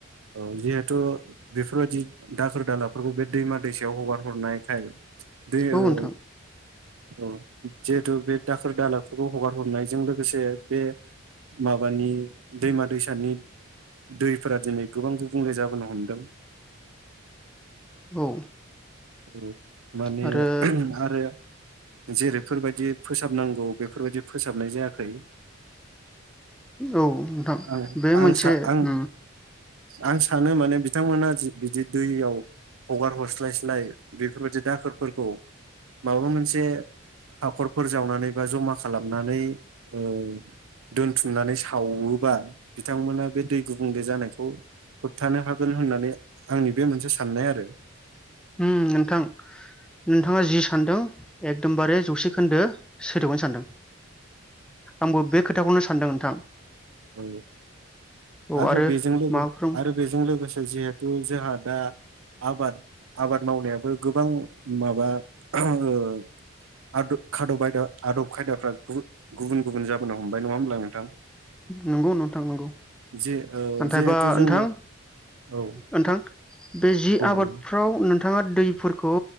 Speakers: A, on the right; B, in the centre.
A: औ जिहेथु बेफोरबायदि दाखोर दालाफोरखौ बे दैमा दैसायाव हगार हरनायखाय दै
B: औ
A: ओ
B: नोंथां
A: औ जिहेतु बे दाखोर दालाफोरखौ हगार हरनायजों लोगोसे बे माबानि दैमा दैसानि दैफोरा दिनै गोबां गुबुंले जाबोनो हमदों
B: औ
A: उम माने
B: आरो
A: आरो जेरैफोरबायदि फोसाबनांगौ बेफोरबायदि फोसाबनाय जायाखै
B: औ नोंथां
A: आं
B: बे मोनसे
A: आं सा आं
B: उम
A: आं सानो माने बिथांमोना बिदि दैयाव हगार हगारहरस्लायस्लाय बेफोरबायदि दाखोरफोरखौ माबा मोनसे हाखरफोर जावनानै बा जमा खालामनानै ओ दोनथुमनानै सावोबा बिथांमोना बे दै गुबुंले जानायखौ होबथानो हागोन होननानै आंनि बे मोनसे साननाय आरो
B: उम नोंथां नोंथाङा जि सानदों एकदमबारे जौसे खोन्दो सैथोखौनो सानदों आंबो बे खोथाखौनो सानदों नोंथां
A: औ
B: औ
A: आरो बेजों लोगो
B: माबाफोर
A: आरो बेजों लोगोसे जिहेथु जोंहा दा आबाद आबाद मावनायाबो गोबां माबा ओ आदब खादब आयदा आदब खायदाफ्रा गुबुन गुबुन जाबोनो हमबाय नङा होनब्ला नोंथां
B: नंगौ नोंथां नंगौ
A: जे औ
B: नाथायबा
A: जिहेथु जोङो
B: नोंथां
A: औ
B: नोंथां बे जि आबादफ्राव
A: औ
B: नो नोंथाङा दैफोरखौ